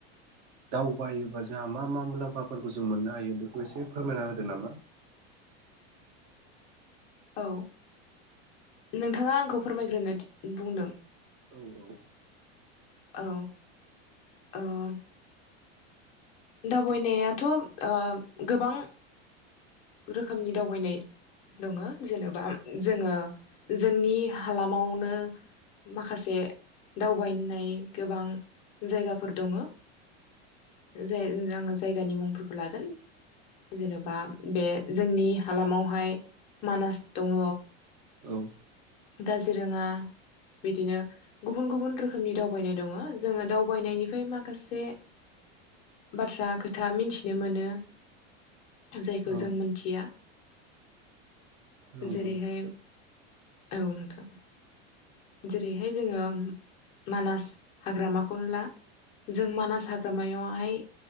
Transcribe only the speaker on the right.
दावबायोबा जोंहा मा मा मुलाम्फाफोरखौ जों मोननो हायो बेखौ एसे फोरमायना होदो नामा
औ औ
औ
औ
नंगौ